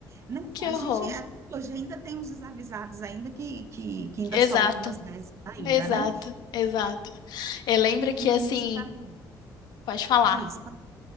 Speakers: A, on the right (about 40°); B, on the left (about 65°).
A: não,
B: Que
A: a
B: horror.
A: gente é- hoje ainda tem uns desavisados ainda que, que, que ainda
B: Exato.
A: soltam umas dessas ainda,
B: Exato.
A: né?
B: Exato. Eu lembro
A: E
B: que
A: no
B: assim,
A: início da minha,
B: pode falar.
A: diz,